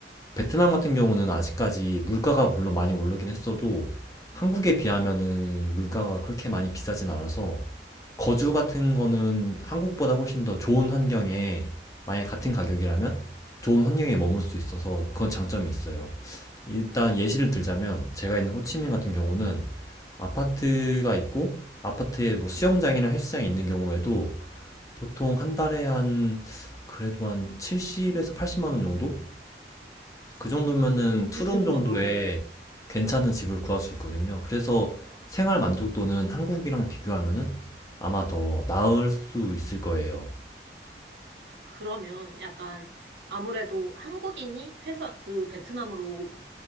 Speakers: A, on the left; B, on the right.
A: 베트남 같은 경우는 아직까지 물가가 물론 많이 오르긴 했어도 한국에 비하면은 물가가 그렇게 많이 비싸진 않아서 거주 같은 거는 한국보다 훨씬 더 좋은 환경에 만약 같은 가격이라면 좋은 환경에 머물 수 있어서 그건 장점이 있어요. 일단 예시를 들자면 제가 있는 호치민 같은 경우는 아파트가 있고 아파트에 뭐 수영장이나 헬스장이 있는 경우에도 보통 한 달에 한 그래도 한 70에서 80만 원 정도? 그 정도면은
B: 오, 되게
A: 투룸
B: 저렴하다.
A: 정도에 괜찮은 집을 구할 수 있거든요. 그래서 생활 만족도는 한국이랑 비교하면은 아마 더 나을 수 있을 거예요.
B: 그러면 약간 아무래도 한국인이 회사 그 베트남으로